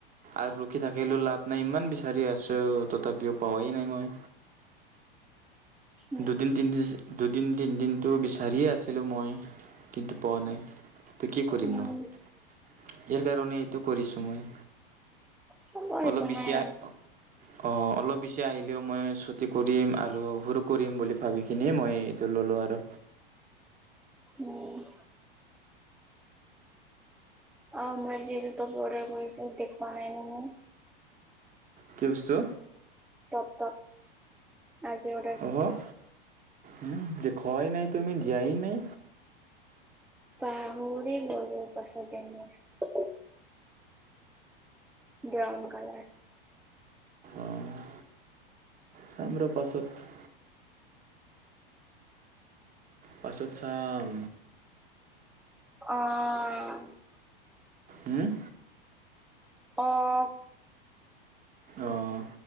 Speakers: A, on the right; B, in the centre.
A: আৰু ৰখি থাকিলো লাভ নাই ইমান বিচাৰি আছোঁ তথাপিও পোৱাই নাই মই।
B: উম
A: দুদিন তিনি দিন তিনিদিনটো বিচাৰিয়ে আছিলোঁ মই, কিন্তু পোৱা নাই। তো কি কৰিম
B: উম
A: ন, ইয়াৰ কাৰণে এইটো কৰিছোঁ মই।
B: হ'ব
A: অলপ
B: একো
A: বেছি
B: নাই
A: আ- অঁ অলপ বেছি আহিলেও মই ছুটী কৰিম আৰু সৰু কৰিম বুলি- ভাবি কিনিয়ে মই এইটো ললোঁ আৰু।
B: উম' অঁ মই আজি তপ অৰ্ডাৰ কৰিছোঁ দেখুৱা নাই ন মই।
A: কি বস্তু?
B: টপ টপ আজিৰত-
A: অহ' উম দেখুৱাই নাই তুমি দিয়াই নাই।
B: পাহৰি গলোঁ পাছত এনেই। Brown colour.
A: অঁ' চাম ৰ পাছত। পাছত চাম।
B: অঁ'
A: উওম'
B: অঁ'
A: অঁ